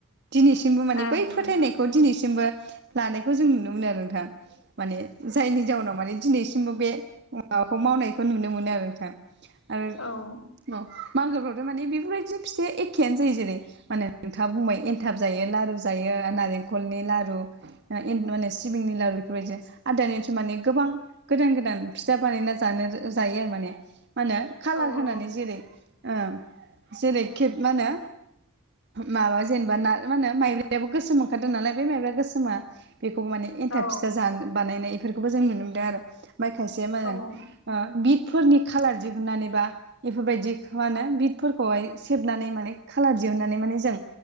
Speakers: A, on the right; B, on the left.
A: दिनै बो माने
B: ओं
A: बै फोथायनायखौ दिनैसिमबो लानायखौ जों नुनो मोनो आरो नोंथां माने जायनि जाउनाव माने दिनैसिमबो बे माबाखौ मावनायखौ नुनो मोनो आरो नोंथां आरो
B: ओं
A: औ मागोफ्रावथ' माने बेफोरबायदि फिथ एखेयानो जायो जेरै मानो नोंथाङा बुंबाय एनथाब जायो लारु जायो नारेंखलनि लारु <unintelligible> माने सिबिंनि लारु बेफोरबायदिनो आरो दानियाथ' माने गोबां गोदान गोदान फिथा बानायना जानो जायो आरो माने मा होनो खाालार
B: ओं औ
A: होनानै
B: औ
A: जेरै ओ जेरै केब मा होनो माबा जेनेबा ना मा होनो माइब्रायाबो गोसोम ओंखारदों नालाय बे माइब्राया गोसोमा बेखौबो माने एन्थाब
B: औ
A: फिथा जानो बानायनाय बेफोरखौबो जों नुनो मोनदों आरो माइ खायसे मोजां
B: औ
A: ओ
B: औ
A: बिदफोरनि खालार दिहुननानैबा बेफोरबायदि मा होनो बिदफोरखौहाय सेबनानै माने खालार दिहुननानै माने जों